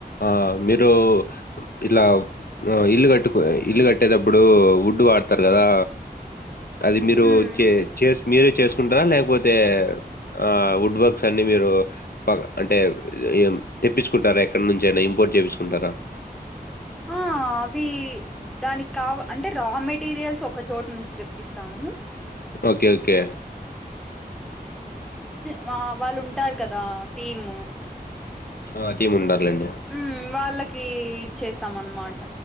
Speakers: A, on the left; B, in the centre.
A: ఆ మీరూ ఇలా ఆ ఇల్లు కట్టుకు ఇల్లు కట్టేటప్పుడు వుడ్డు వాడతారు కదా అది మీరు
B: హ్మ్.
A: చే చే మీరే చేసుకుంటారా లేకపోతే ఆ వుడ్ వర్క్స్ కనీ మీరు ప అంటే ఏ తెప్పించుకుంటార ఎక్కడి నుంచి అయినా ఇంపోర్ట్ చేపిచుకుంటారా
B: ఆ అవి దానికి కావ అంటే రౌ మెటీరియల్స్ ఒక చోటు నుంచి తెప్పిస్తాము
A: ఓకే ఓకే
B: వ వాళ్ళు ఉంటారు కదా టీమ్
A: ఆ టీమ్ ఉండర్లెండి
B: మ్ వాళ్ళకి ఇచ్చేస్తాం అనమాట